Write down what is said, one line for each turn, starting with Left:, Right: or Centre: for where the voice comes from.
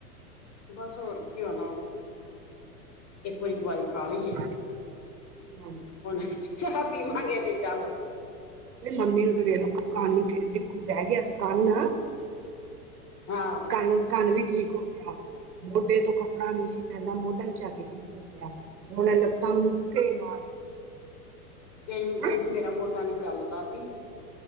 Left: ਬਸ ਹੋਰ ਕੀ ਹੋਣਾ? ਇੱਕ ਵਾਰੀ ਦਵਾਈ ਖਾ ਲਈਏ ਹੈ।
Right: ਹਾਂਜੀ।
Left: ਹੁਣ ਚਾਹ ਪੀਵਾਂਗੇ ਤੇ ਚੱਲ।
Right: ਨਹੀਂ ਮੰਮੀ ਉਹਦੋਂ ਵੇਰ ਕੰਨ ਬਹਿ ਗਿਆ ਸੀ ਕੰਨ ਆ <inaudible>
Left: ਹਾਂ।
Right: ਕੰਨ -ਕੰਨ ਵੀ ਠੀਕ ਹੋ ਗਿਆ। ਮੋਢੇ ਤੋਂ ਕੱਪੜਾ ਨਹੀਂ ਸੀ ਪੈਂਦਾ ਮੋਢਾ ਚੱਟ ਕੇ ਠੀਕ ਹੋ ਗਿਆ। ਹੁਣ ਯੇ ਲੱਤਾਂ ਨੂੰ ਮੁੱਕੇ ਮਾਰ
Left: ਕਹਿੰ
Right: ਹੈਂ
Left: ਕੇਹਦੀ ਸੀ ਮੇਰਾ ਮੋਢਾ ਨਹੀਂ ਚੱਲਦਾ ਸੀ।